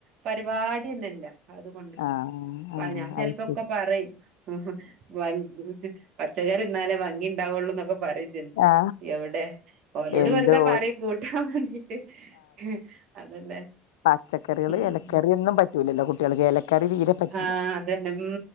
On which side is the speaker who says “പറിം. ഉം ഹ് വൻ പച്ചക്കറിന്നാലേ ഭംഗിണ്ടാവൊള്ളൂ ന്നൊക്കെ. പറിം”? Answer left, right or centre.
Right